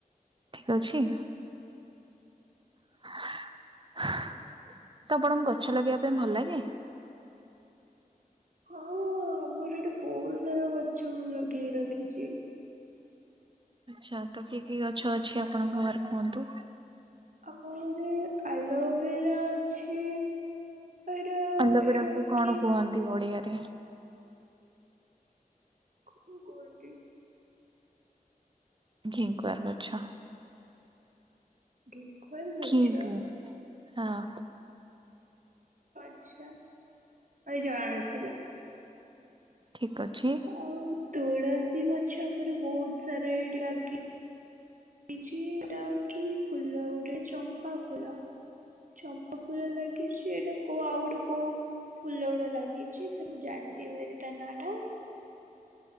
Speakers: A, on the right; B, on the right.
A: ଠିକ ଅଛି। <inaudible> ତ ଆପଣଙ୍କୁ ଗଛ ଲଗେଇବା ପାଇଁ ଭଲ ଲାଗେ।
B: ହଁ ଆମର ଏଠି ବହୁତ ସାରା ଗଛ ମୁଁ ଲଗେଇ ରଖିଚି।
A: ଆଚ୍ଛା ତ କି କି ଗଛ ଅଛି ଆପଣଙ୍କ ଘରେ କୁହନ୍ତୁ।
B: ଆମ ଘରେ ଆଲୋଭେରା ଅ ଛି ଏଇଟା
A: ଆଲୋବେରାକୁ
B: ଏଇଟା
A: କଣ
B: କିି
A: କୁହନ୍ତି ଓଡିଆରେ।
B: ଖୁ କୁହନ୍ତି।
A: ଘିଁ କୁଅଁର ଗଛ।
B: ଘିଁ କୁଅଁର ଗଛ।
A: ଘିକୁଆଁର ହଁ।
B: ଆଛା ଆ ଜଣାନଥିଲା।
A: ଠିକ ଅଛି।
B: ଆଉ ତୁଳସୀ ଗଛ ଆମର ବହୁତ ସାରା ଏଠି ଲାଗେ। ଛି ଏଟା କି ଫୁଲ ଗୋଟେ ଚମ୍ପା ଫୁଲ ଚମ୍ପା ଫୁଲ ଲାଗିଛି ଏଇଟା କୋଉ ଆଉ ଗୋଟେ କୋଉ ଫୁଲ ଗୁଡା ଲାଗିଛି ସେ ମୁଁ ଜାଣିନି ଭାରି ତା ନାଁ ଟା।